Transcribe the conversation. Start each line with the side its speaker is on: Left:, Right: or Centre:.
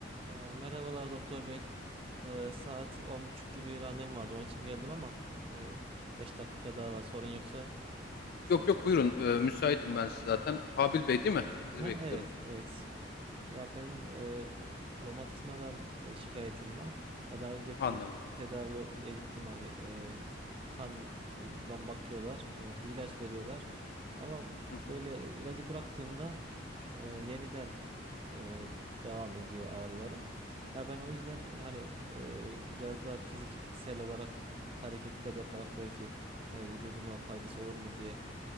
Right: Ee, merhabalar doktor bey. Ee, saat on buçuk gibi randevum vardı. Onun için geldim ama e, 5 dakika daha var. Sorun yoksa senin
Left: Yok
Right: için.
Left: yok buyurun. Ee, müsaitim ben zaten. Habil Bey değil mi? Sizi
Right: Ha,
Left: bekliyordum.
Right: evet, evet. Ya benim e, romatizmadan e, şikayetim var. Ya daha önce fizik
Left: Anladım.
Right: tedaviye gittim hani e, kandan bakıyorlar, e, bir ilaç veriyorlar. Ama
Left: Hı hı.
Right: böyle ilacı bıraktığımda e, yeniden e, devam ediyor ağrılarım. Ya ben o yüzden hani e, biraz daha fiziksel olarak hareketler yaparak belki e, vücuduma faydası olur mu diye